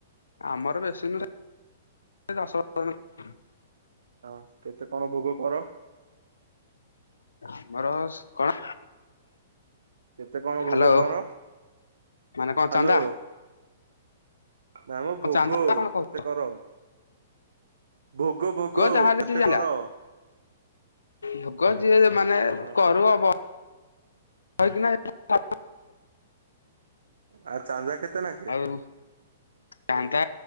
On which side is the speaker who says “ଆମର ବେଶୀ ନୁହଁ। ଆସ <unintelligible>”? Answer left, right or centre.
Left